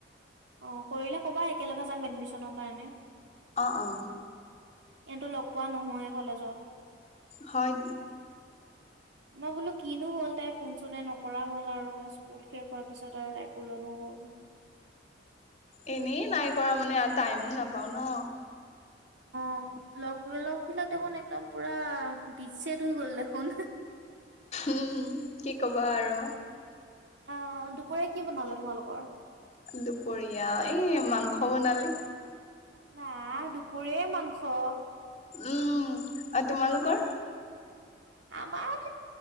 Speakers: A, on the right; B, on the left.
A: অ কৰিলে কবা একেলগে যাম এডমিচনৰ কাৰণে।
B: অ' অ'।
A: এনেতো লগ পোৱা নহয়ে কলেজত।
B: হয়।
A: মই বোলো কিনো হল তাই ফোন চোনে নকৰা হ'ল আৰু স্কুল শেষ হোৱাৰ পিছত আৰু তাই কলৈনো গল। গ'ল।
B: এনেই নাই কৰা মানে আ টাইমো নাপাওঁ ন।
A: অ' লগ বি লগ বিলাক দেখোন একদম পুৰা বিচ্ছেদ হৈ গ'ল দেখোন।
B: উম কি কবা আৰু।
A: অ দুপৰীয়া কি বনালা তোমালোকৰ?
B: দুপৰীয়া এই মাংস বনালি।
A: বা দুপৰীয়াই মাংস!
B: উম আৰু তোমালোকৰ?
A: উম, আমাৰ